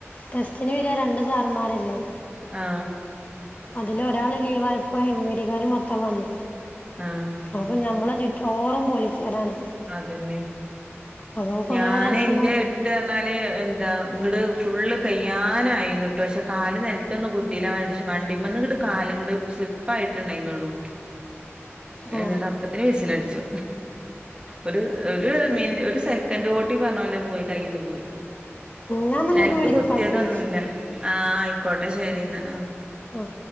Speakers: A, on the left; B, on the right.
A: ടെസ്റ്റിന് വരിക രണ്ട് സാറമാരല്ലേ
B: ആ
A: അതിൽ ഒരാൾ ലീവായപ്പോ എം വി ഡിക്കാർ മൊത്തം വന്നു
B: ആഹ്
A: അപ്പം നമ്മളെ ചുറ്റോറും പോലീസുകാരാണ്
B: അതെന്നെ
A: അപ്പോൾ നമുക്ക്
B: ഞൻ
A: ഒന്നുകൂടെ ടെൻഷൻ
B: ഇന്റെ
A: കൂടി
B: ഇട്ട് പറഞ്ഞാൽ എന്താ ഇങ്ങട് ഫുള്ള് കയ്യാനായിരുന്നുട്ടോ പക്ഷെ കാല് നില ണ്ടാന്നും കുത്തിയില്ല വ പക്ഷെ വണ്ടിമ്മന്നിട്ട് കാല്ങ്ങട്ട് സ്ലിപ്പ് ആയിട്ട് ണ്ടായിരുന്നുള്ളു
A: ആ
B: എന്നിട്ട് അപ്പത്തിന് വിസിൽ അടിച്ചു ഒരു ഒരു മി ഒരു സെക്കന്റോട്ടി പറഞ്ഞ പോലെ പോയി കയ്യിന്ന് പോയി
A: ഞാൻ നിങ്ങൾക്ക്
B: നെൽത്ത്
A: വിളിക്കാം
B: കുത്തിയെതൊന്നുല്ല
A: കേട്ടോ
B: ആ ആയിക്കോട്ടെ ശരിന്നാ അ
A: ഓഹ്